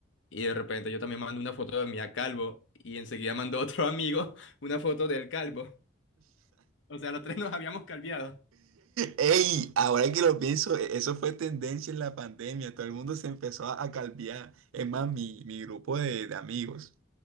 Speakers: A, on the left; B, on the right.
A: Y de repente yo también mando una foto de mí a calvo. Y enseguida mandó otro amigo <laughs> una foto del calvo. O sea, los tres nos habíamos calviado.
B: Ey, ahora que lo pienso, e-, eso fue tendencia en la pandemia. Todo el mundo se empezó a, a calviar. Es más, mi, mi grupo de, de amigos